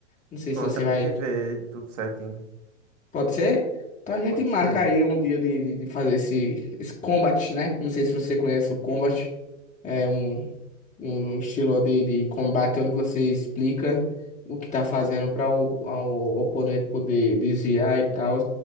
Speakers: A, on the left (about 20°); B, on the right (about 75°).
A: Não sei
B: Pronto,
A: se você
B: a
A: vai.
B: gente vê tudo certinho.
A: Pode ser? Então a gente
B: Pode
A: marca
B: ser.
A: aí um dia de, de, de fazer esse, esse combat, né? Não sei se você conhece o combat. É um, um estilo de, de combate onde você explica o que tá fazendo para o, ao- o oponente poder desviar e tal.